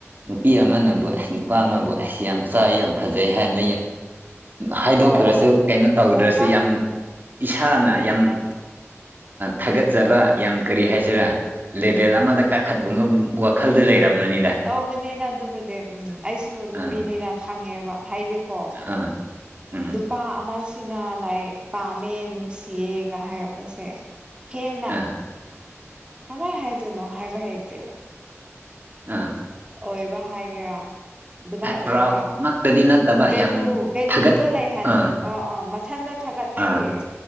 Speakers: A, on the right; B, on the right.
A: ꯅꯨꯄꯤ ꯑꯃꯅꯕꯨ ꯑꯁ ꯅꯨꯄꯥ ꯑꯃꯕꯨ ꯑꯩꯁ ꯌꯥꯝ ꯆꯥꯏ ꯌꯥꯝ ꯐꯖꯩ ꯍꯥꯏꯅ ꯍꯥꯏꯗꯣꯛꯇ꯭ꯔꯁꯨ
B: ꯑꯣ ꯑꯣ
A: ꯀꯩꯅꯣ ꯇꯧꯗ꯭ꯔꯁꯨ
B: ꯍꯣꯏꯗ
A: ꯌꯥꯝ ꯏꯁꯥꯅ
B: ꯃꯥꯅꯦ
A: ꯌꯥꯝ
B: ꯃꯥꯅꯦ
A: ꯊꯥꯒꯠꯆꯕ ꯌꯥꯝ ꯀꯔꯤ ꯍꯥꯏꯁꯤꯔꯥ ꯂꯦꯚꯦꯜ ꯑꯃꯗ ꯀꯥꯈꯠꯄꯅ ꯋꯥꯈꯜꯗ ꯂꯩꯔꯝꯅꯅꯤꯗ
B: ꯇꯧꯕꯅꯤꯅ ꯑꯗꯨꯕꯨꯗꯤ ꯎꯝ ꯑꯩꯁꯨ ꯅꯨꯄꯤꯅꯤꯅ
A: ꯑꯥ
B: ꯈꯪꯉꯦꯕ ꯍꯥꯏꯗꯤ ꯀ
A: ꯑꯥ ꯎꯝ
B: ꯏꯄꯥ ꯑꯃꯁꯤꯅ ꯂꯥꯏꯛ ꯄꯥꯝꯃꯦ ꯅꯨꯡꯁꯤꯌꯦꯒ ꯍꯥꯏꯔꯛꯄꯁꯦ ꯍꯦꯟꯅ
A: ꯑꯥ
B: ꯀꯃꯥꯏ ꯍꯥꯏꯗꯣꯏꯅꯣ ꯍꯥꯏꯕ ꯍꯩꯇꯦ
A: ꯑꯥ
B: ꯑꯣꯏꯕ ꯍꯥꯏꯒꯦꯔꯥ ꯑꯗꯨꯃꯥꯏ ꯑꯣꯏꯔꯒ
A: ꯄ꯭ꯔꯥꯎꯃꯛꯇꯗꯤ ꯅꯠꯇꯕ
B: ꯚꯦꯂꯨ
A: ꯌꯥꯝ
B: ꯚꯦꯂꯨꯗꯣ
A: ꯊꯥꯒꯠ
B: ꯂꯩꯍꯟ
A: ꯑꯥ
B: ꯑꯣ ꯑꯥ ꯃꯊꯟꯗꯣ ꯊꯥꯒꯠꯄꯒꯤ
A: ꯑꯥ